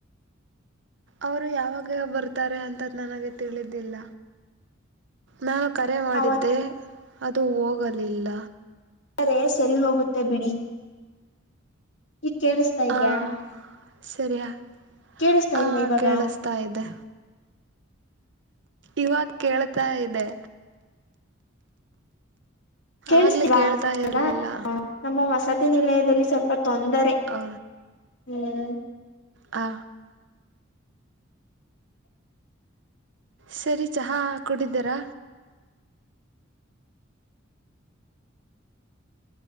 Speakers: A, on the right (about 60°); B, on the left (about 65°).
A: ಅವರು ಯಾವಾಗ ಬರ್ತಾರೆ ಅಂತ ನನಗೆ ತಿಳಿದ್ದಿಲ್ಲ. ನಾನು ಕರೆ ಮಾಡಿದ್ದೆ
B: ಅವರು
A: ಅದು ಹೋಗಲಿಲ್ಲ.
B: ಅದೆ ಸರಿ ಹೋಗುತ್ತೆ ಬಿಡಿ ಈಗ ಕೇಳಿಸ್ತಾ ಇದ್ಯಾ
A: ಹಾಂ ಸರಿ
B: ಕೇಳಿಸ್ತ
A: ಹಾಂ
B: ಇಲ್ವಾ ಇವಾಗ
A: ಕೇಳಿಸ್ತಾ ಇದೆ ಇವಾಗ ಕೇಳ್ತಾ ಇದೆ
B: ಕೇಳಿಸ್ತಿಲ್ವ
A: ಆಗಲೇ ಕೇಳ್ತಾ ಇರಲಿಲ್ಲ
B: ಈಗ ನಮ್ಮ ವಸತಿ ನಿಲಯದಲ್ಲಿ ಸ್ವಲ್ಪ ತೊಂದರೆ
A: ಆ
B: ಹ್ಮ್
A: ಹಾ ಸರಿ ಚಹಾ ಕುಡಿದ್ದೀರಾ